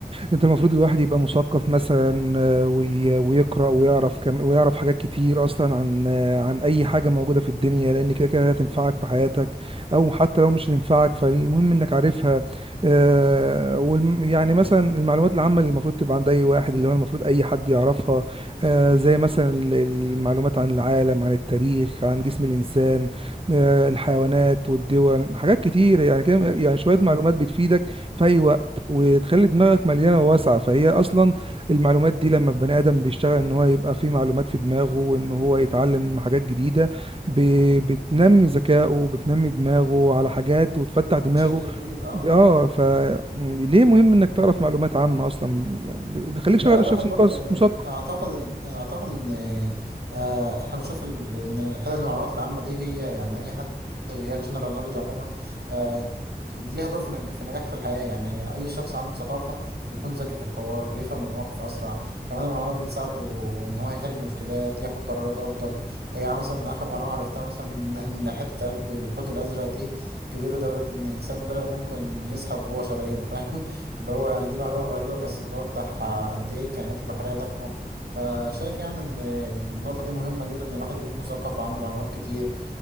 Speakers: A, on the right; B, on the right.
A: انت المفروض الواحد يبقى مثقف مثلا آه، وي- ويقرأ ويعرف كم ويعرف حاجات كتير اصلا عن آه، عن اي حاجة موجودة في الدنيا لان كده كده هتنفعك في حياتك او حتى لو مش هتنفعك فالمهم انك عارفها آه، والم- يعني مثلا المعلومات العامة اللي المفروض تبقى عند اي واحد اللي هو المفروض اي حد يعرفها آه، زي مثلا ال- المعلومات عن العالم عن التاريخ عن جسم الانسان آه، الحيوانات والدول حاجات كتير يعني كده يعني شوية
B: مم.
A: معلومات بتفيدك في اي وقت وتخلي دماغك مليانه واسعه فهي اصلا المعلومات دي لما البني ادم بيشتغل ان هو يبقى فيه معلومات في دماغه وان هو يتعلم حاجات جديده ب... بتنمي ذكائه بتنمي دماغه على حاجات وتفتح دماغه
B: بشكل كبير اه آه.
A: اه فليه مهم انك تعرف معلومات عامه اصلا بيخليك شغل-
B: لا الواحد
A: شخص
B: برضه
A: مثقف
B: يعني
A: <laughs> مثقف
B: اعتقد اعتقد ان آه، احنا بنشوف ال- ان الحته المعلومات العامه دي هي يعني اي حد اللي هي الجنرال نوليدج عموما آه، ليها دور في نج- في النجاح في الحياه يعني اي شخص عنده ثقافه بيكون ذكي في الحوار بيفهم المواقف اسرع كمان المعلومات بتساعده ان هو يحل مشكلات ياخد قرارات افضل يعني مثلا اخر معلومه عرفتها مثلا <laughs> ان حته قلب الحوت الازرق دي كبيره لدرجه ان انسان بالغ ممكن يزحف جوه شرايينه فاهم اللي هو يعني دي معلومة غريبة بس بتوضح قد إيه الكائنات البحرية ضخمة فشايف يعني إن النقطة دي مهمة جدا إن الواحد يكون مثقف وعنده معلومات كتير